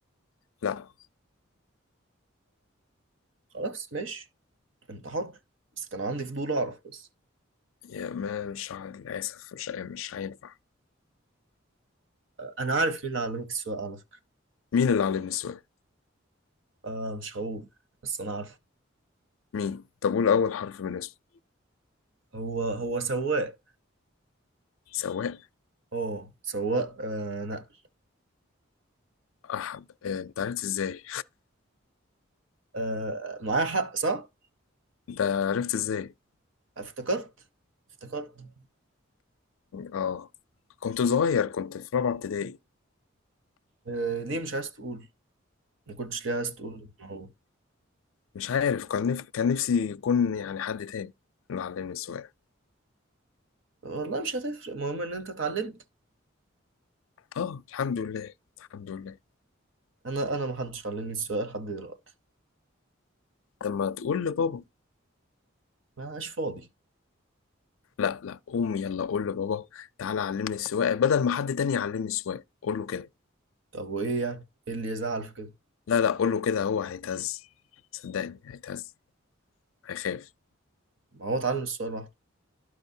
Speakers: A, on the left (about 80°); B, on the right (about 70°).
A: لا
B: خلاص ماشي أنت حر بس كان عندي فضول أعرف بس
A: يا ما مش عا- للأسف مش مش هينفع
B: أنا عارف مين اللي علمك السواقة على فكرة
A: مين اللي علمني السواقة؟
B: آه مش هقول بس أنا عارف
A: مين؟ طب قول أول حرف من اسمه
B: هو هو سواق
A: سواق
B: اه سواق آه نقل
A: أحمد آه، أنت عرفت إزاي؟
B: آه معايا حق صح؟
A: أنت عرفت إزاي؟
B: افتكرت افتكرت
A: آه كنت صغير كنت في رابعة ابتدائي
B: آه ليه مش عايز تقول؟ ما كنتش ليه عايز تقول ان هو
A: مش عارف كان نف... كان نفسي يكون يعني حد تاني اللي علمني السواقة
B: والله مش هتفرق المهم ان انت اتعلمت
A: آه الحمد لله الحمد لله
B: انا انا ما حدش علمني السواقه لحد دلوقتي
A: لما تقول لبابا
B: ما عاش فاضي
A: لا لا قوم يلا قول لبابا تعالى علمني السواقة بدل ما حد تاني يعلمني السواقة قول له كده
B: طب وايه يعني؟ ايه اللي يزعل في كده؟
A: لا لا قول له كده هو هيتهز صدقني هيتهز هيخاف
B: ما هو اتعلم السواقه لوحده